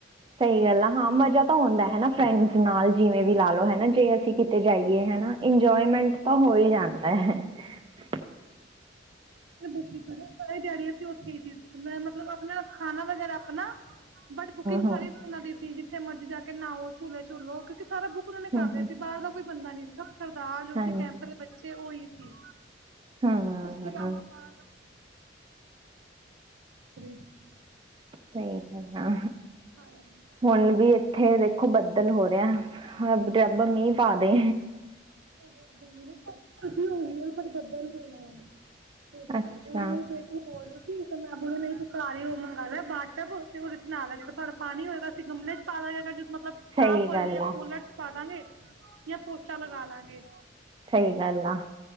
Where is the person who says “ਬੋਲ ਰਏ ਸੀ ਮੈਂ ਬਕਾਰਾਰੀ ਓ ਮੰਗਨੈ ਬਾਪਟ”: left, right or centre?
Right